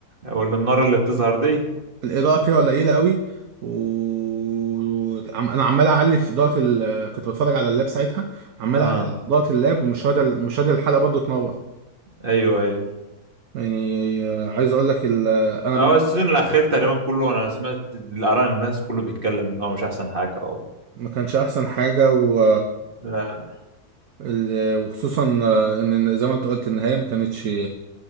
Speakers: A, on the right; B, on the right.
A: والنار اللي بتظهر دي
B: الاضاءه فيها قليله قوي و عم- انا عمال اعلي في اضاءه ال... كنت بتفرج على اللاب ساعتها عمال
A: اه
B: اعلي في اضاءه اللاب ومش راضي مش راضي الحلقه برضو تنور
A: ايوه ايوه
B: يعني عايز اقول لك ال... انا
A: هو
B: بن...
A: السيزون الاخير تقريبا كله انا سمعت الاراء الناس كله بيتكلم ان هو مش احسن حاجه أو...
B: ما كانش احسن حاجه و...
A: لا
B: ال... وخصوصا ان زي ما انت قلت النهايه ما كانتش